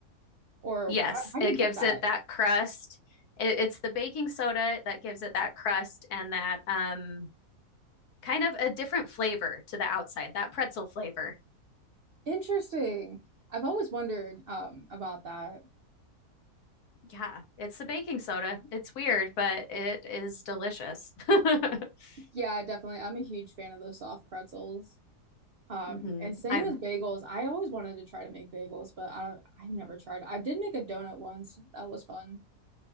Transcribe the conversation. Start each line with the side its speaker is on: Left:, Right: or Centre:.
Right: Or
Left: Yes,
Right: how how do
Left: it
Right: you
Left: gives
Right: get that?
Left: it that crust. It, it's the baking soda that gives it that crust and that um kind of a different flavor to the outside, that pretzel flavor.
Right: Interesting. I've always wondered um about that.
Left: Yeah, it's the baking soda. It's weird, but it is delicious. <laughs>
Right: Yeah, definitely. I'm a huge fan of those soft pretzels. Um,
Left: hmm
Right: and same
Left: I
Right: with bagels. I always wanted to try to make bagels, but I i never tried. I did make a donut once. That was fun.